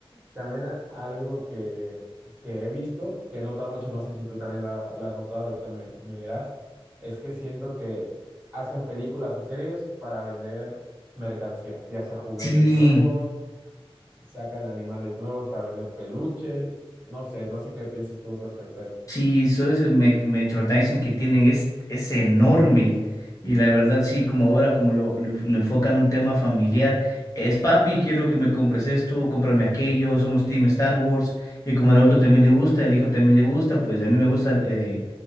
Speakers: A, on the right; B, on the left.
A: También a- algo que, que he visto, que he notado mucho, no sé si tú también lo, ha- lo has notado, ahorita me, me dirás, es que siento que hacen películas o series para vender mercancía, ya sea juguetes
B: Sí,
A: nuevos, sacan animales nuevos para vender peluches, no sé, no sé qué pienses tú respecto a esto.
B: Sí, esos merchandising que tienen es, es enorme. Y la verdad, sí, como ahora, como lo, lo, lo enfocan en un tema familiar, es papi, quiero que me compres esto, cómprame aquello, somos Team Star Wars. Y como al adulto también le gusta, el hijo también le gusta, pues a mí me gusta, eh,